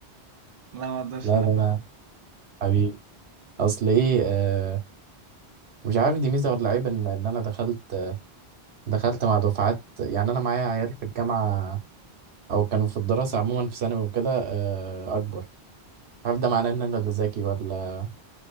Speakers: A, on the right; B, on the right.
A: لا ما اقدرش
B: لا ده أنا حبيبي اصل ايه آه مش عارف دي ميزه ولا عيب ان ان انا دخلت دخلت مع دفعات يعني انا معايا عيال في الجامعه او كانوا في الدراسه عموما في ثانوي وكده آه اكبر مش عارف ده معناه ان انا اللي ذكي ولا